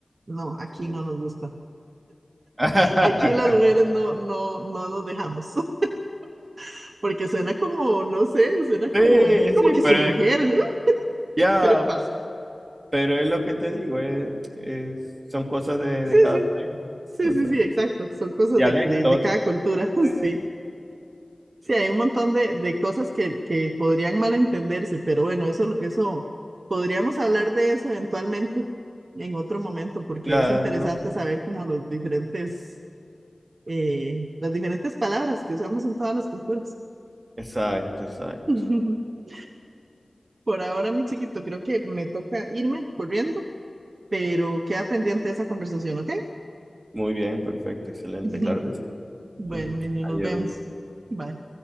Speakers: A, on the right (about 75°); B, on the right (about 40°).
A: No,
B: A
A: aquí
B: su mujer.
A: no nos gusta.
B: <laughs>
A: Aquí las mujeres no, no, no nos dejamos. <laughs> Porque suena como, no sé, suena
B: Sí,
A: como, como
B: sí,
A: que
B: pero
A: su mujer,
B: es-
A: ¿no?
B: ya,
A: <laughs> ¿Qué le pasa?
B: pero es lo que te digo, es, es- son cosas de,
A: Sí,
B: de cada
A: sí,
B: país.
A: sí,
B: O
A: sí,
B: sea,
A: sí, exacto. Son cosas
B: dialectos.
A: de, de, de cada cultura, <laughs>
B: sí,
A: sí. Sí, hay un montón de, de cosas que, que podrían malentenderse, pero bueno, eso, eso, podríamos hablar de eso eventualmente en otro momento, porque
B: claro.
A: es interesante saber como los diferentes, eh, las diferentes palabras que usamos en todas las culturas.
B: Exacto, exacto.
A: <laughs> Por ahora, mi chiquito, creo que me toca irme corriendo, pero queda pendiente esa conversación, ¿ok?
B: Muy bien, perfecto, excelente,
A: <laughs>
B: claro que sí.
A: Bueno,
B: <laughs>
A: niño,
B: Adiós.
A: nos vemos. Bye.